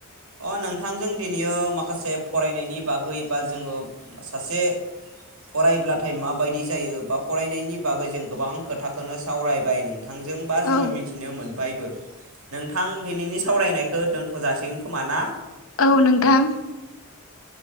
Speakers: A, on the right (about 75°); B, on the left (about 65°).
A: अ नोंथांजों दिनैयो माखासे फरायनायनि बागै बा जोङो सासे फरायब्लाथाय माबायदि जायो बा फरायनायनि बागै जों गोबां खोथाखौनो सावरायबाय नों थांजों बा जोङो
B: औ
A: मिथिनो मोनबायबो। नोंथां दिनैनि सावरायनायखौ दोनथ' जासिगोन खोमा ना
B: औ नोंथां